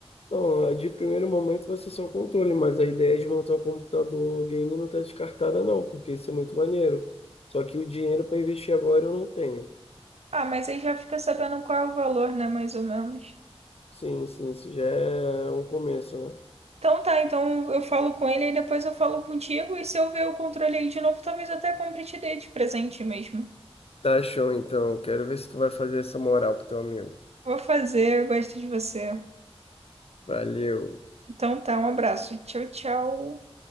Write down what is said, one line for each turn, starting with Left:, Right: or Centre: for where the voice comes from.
Left: Não, de primeiro momento vai ser só o controle, mas a ideia de montar o computador game não tá descartada não, porque isso é muito maneiro. Só que o dinheiro para investir agora eu não tenho.
Right: Ah, mas aí já fica sabendo qual é o valor, né? Mais ou menos.
Left: Sim, sim, isso já é um começo, né?
Right: Então tá, então eu falo com ele e depois eu falo contigo. E se eu ver o controle aí de novo, talvez eu até compre e te dê de presente mesmo.
Left: Tá show, então. Quero ver se tu vai fazer essa moral pro teu amigo.
Right: Vou fazer, eu gosto de você.
Left: Valeu.
Right: Então tá, um abraço. Tchau, tchau.